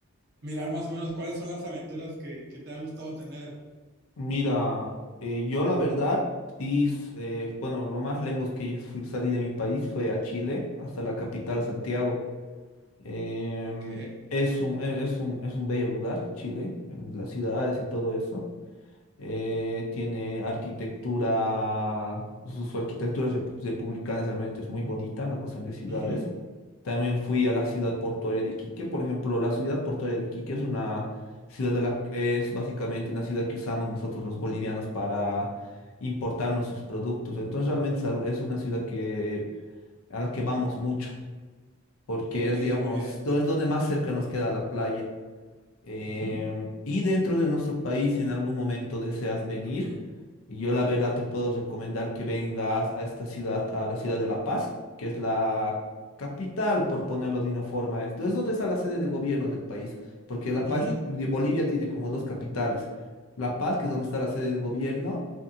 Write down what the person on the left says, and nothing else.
Mira, eh, yo la verdad, sí, s- eh, bueno, lo más lejos que fui- salí de mi país fue a Chile, hasta la capital, Santiago. Em,
es un, e- es un, es un bello lugar, Chile, en las ciudades y todo eso eh, tiene arquitectura, su, su arquitectura rep- republicana realmente es muy bonita en la cuestión de ciudades.
También fui a la ciudad portuaria de Iquique. Por ejemplo, la ciudad portuaria de Iquique es una ciudad de la, es básicamente una ciudad que usamos nosotros los bolivianos para importar nuestros productos. Entonces realmente es al- es una ciudad que, a la que vamos mucho, porque
es, digamos,
do- es donde más cerca nos queda la playa. Em,
y dentro de nuestro país, si en algún momento deseas venir,
yo la verdad te puedo recomendar que vengas a esta ciudad, a la ciudad de La Paz, que es la capital, por ponerlo de una forma. Esto es donde está la sede de gobierno del país, porque La Paz,
de Bolivia tiene como dos capitales. La Paz, que es donde está la sede del gobierno,